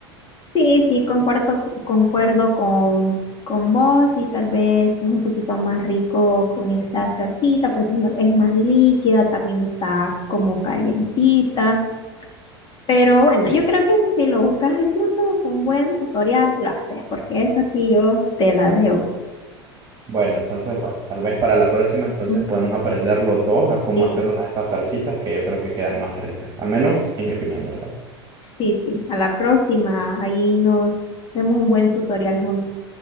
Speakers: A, on the left; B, on the right.
A: Sí, sí, concuerdo, co- concuerdo con, con vos y tal vez es un poquito más rico con esta salsita porque es más líquida, también está como calientita. Pero bueno, yo creo que eso sí lo buscas en YouTube, un buen tutorial lo haces porque esa sí yo te la debo.
B: Bueno, entonces, bueno, tal vez para la próxima entonces
A: Ujú.
B: podemos aprender los dos a cómo
A: Sí,
B: hacer una de esas salsitas que yo creo que quedan más ricas, al menos en mi opinión, ¿verdad?
A: sí, sí, a la próxima, ahí nos vemos un buen tutorial juntos.